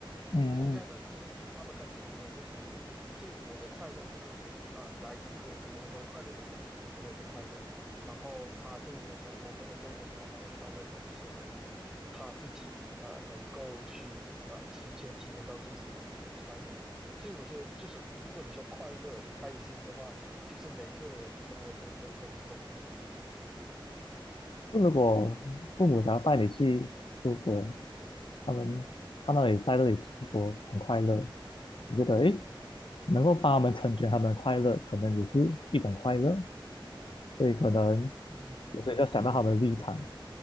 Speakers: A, on the left; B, in the centre.
A: 嗯
B: 同样的就是他们开心，我也会开心，所以我的快乐是呃来自可能我的快乐是来自别人的快乐，然后他这边的我朋友这一边的话，他的快乐可能就是来自他自己呃能够去呃提前体验到这些东西的快乐，所以我觉得就是如果你说快乐开心的话，其实每个人的这个本质都不一样，对吧？
A: 就如果父母想要带你去出国，他们看到你在这里出国很快乐，你觉得诶，能够帮他们成全他们的快乐，可能也是一种快乐，所以可能
B: 嗯
A: 有时候要想到他们的立场，